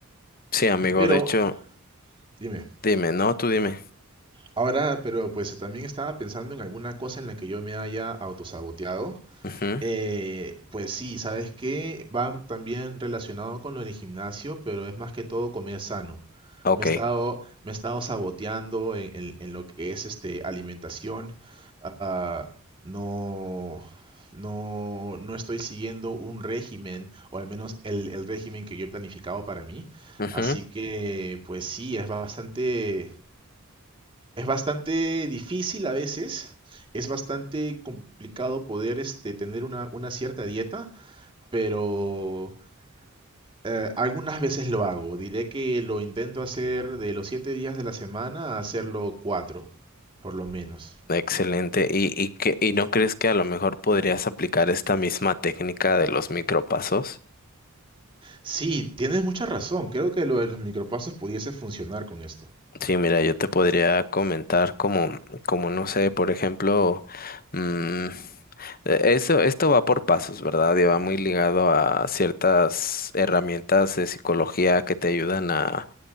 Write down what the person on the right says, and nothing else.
Pero,
dime.
Ahora, pero pues eh, también estaba pensando en alguna cosa en la que yo me haya autosaboteado.
Eh, pues sí, ¿sabes qué? Va también relacionado con lo del gimnasio, pero es más que todo comer sano.
Me he estado, me he estado saboteando en, en- en lo que es este alimentación. Ah, no, no, no estoy siguiendo un régimen, o al menos el, el régimen que yo he planificado para mí.
Así que, pues sí, es bastante. Es bastante difícil a veces, es bastante complicado poder este, tener una, una cierta dieta, pero eh, algunas veces lo hago. Diré que lo intento hacer de los siete días de la semana a hacerlo cuatro, por lo menos.
Sí, tienes mucha razón. Creo que lo de los micropasos pudiese funcionar con esto.